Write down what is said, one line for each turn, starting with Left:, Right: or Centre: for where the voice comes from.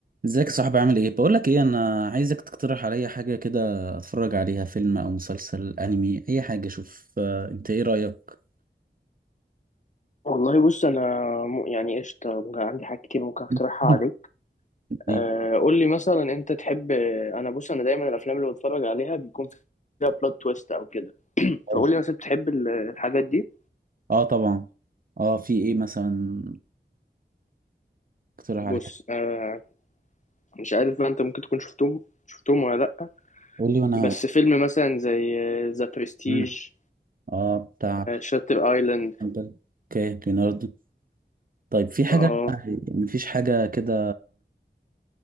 Right: ازيك يا صاحبي عامل ايه بقول لك ايه انا عايزك تقترح عليا حاجه كده اتفرج عليها فيلم او مسلسل انمي اي حاجه شوف آه، انت ايه رايك
Left: والله بص انا م- يعني قشطه ممكن عندي حاجات كتير ممكن اقترحها
Right: <laughs>
Left: عليك
Right: ايه
Left: آه، قول لي مثلا انت تحب انا بص انا دايما الافلام اللي بتفرج عليها بيكون فيها بلوت تويست او كده فقول
Right: عايز-
Left: لي مثلا بتحب ال- الحاجات دي
Right: اه طبعا اه في ايه مثلا اقترح
Left: بص
Right: عليا
Left: آه، مش عارف بقى انت ممكن تكون شفتهم شفتهم ولا لا
Right: قول لي وانا
Left: بس
Right: هقول.
Left: فيلم مثلا زي ذا برستيج
Right: مم. اه بتاع
Left: شاتر ايلاند
Right: بل- اوكي ليوناردو طيب في حاجه
Left: اه
Right: يعني مفيش حاجه كده